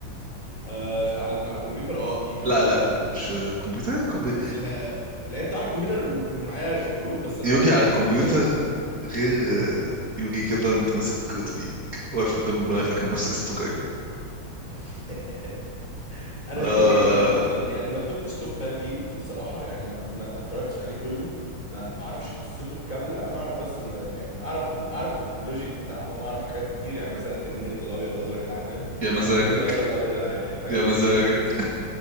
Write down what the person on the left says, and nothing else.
آه على الك- على الكمبيوتر اه اكيد لعبت
يوجي
في اله... لعبت على الكمبيوتر وكان معايا كروت بس انا
آه لا.
<laughs> انا
يوجي ما ما ما- يعني ما كنتش توب فان ليه الصراحه يعني ما ما, ما اتفرجتش عليه كله ما ما اعرفش قصته الكامله انا اعرف بس ان يعني اعرف ال- اعرف اللوجيك بتاعهم واعرف حاجات كتير يعني مثلا التنين الابيض ازرق العينين
او التنين الازرق ابيض العينين حاجه
من
الاثنين يعني